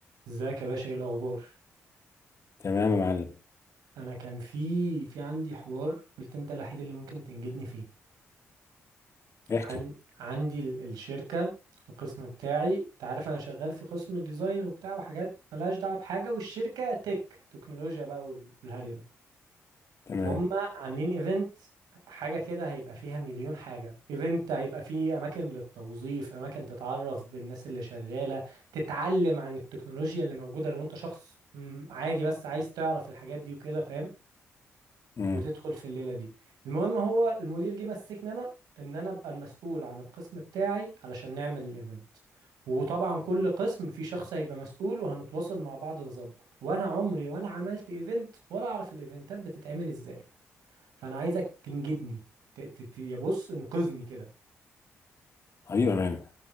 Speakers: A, on the right; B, on the left.
A: ازيك يا باشا ايه الاخبار
B: تمام يا معلم
A: انا كان في في عندي حوار قلت انت الوحيد اللي ممكن تنجدني فيه عن
B: احكي
A: عندي ال- الشركه القسم بتاعي انت عارف انا شغال في قسم ديزاين وبتاع وحاجات ملهاش دعوه بحاجه والشركه تك تكنولوجيا بقى وال- والهري ده
B: تمام
A: فهم عاملين ايفنت حاجه كده هيبقى فيها مليون حاجه ايفنت هيبقى فيه اماكن للتوظيف اماكن تتعرف بالناس اللي شغاله تتعلم عن التكنولوجيا اللي موجوده لو انت شخص مم، عادي بس عايز تعرف الحاجات دي وكده فاهم
B: امم
A: وتدخل في الليله دي المهم هو المدير جه مسكني انا ان انا ابقى المسؤول عن القسم بتاعي علشان نعمل الايفنت وطبعا كل قسم في شخص هيبقى مسؤول وهنتواصل مع بعض نظبط وانا عمري ولا عملت ايفنت ولا اعرف الايفنتات بتتعمل ازاي فانا عايزك تنجدني ت- ت- ت- يا بص انقذني كده
B: حبيبي يا مان